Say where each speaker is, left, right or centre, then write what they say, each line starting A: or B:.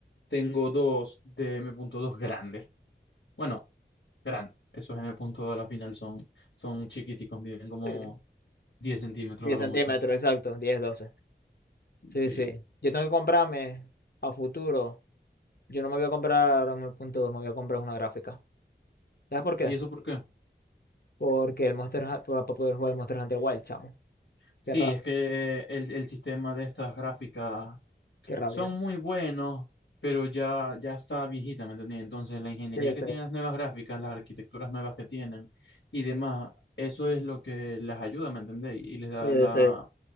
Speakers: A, on the left; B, on the left.
A: tengo dos de m punto dos grandes. Bueno, grandes. Esos m punto dos a la final son, son chiquiticos, miden como
B: Sí.
A: 10 centímetros
B: 10
A: a lo
B: centímetros,
A: mucho.
B: exacto. diez doce Sí,
A: Sí.
B: sí. Yo tengo que comprarme a futuro. Yo no me voy a comprar un punto dos, me voy a comprar una gráfica. ¿Sabes por qué?
A: ¿Y eso por qué?
B: Porque el Monster Hunter, para poder jugar el Monster Hunter Wild, chamo.
A: Sí,
B: Qué rabia,
A: es que eh, el, el sistema de estas gráficas
B: qué rabia.
A: son muy buenos, pero ya, ya está viejita, ¿me entendés? Entonces, la ingeniería
B: Sí,
A: que
B: sí,
A: tienen las nuevas gráficas, las arquitecturas nuevas que tienen y demás, eso es lo que las ayuda, ¿me entendés? Y les da
B: sí,
A: la,
B: sí.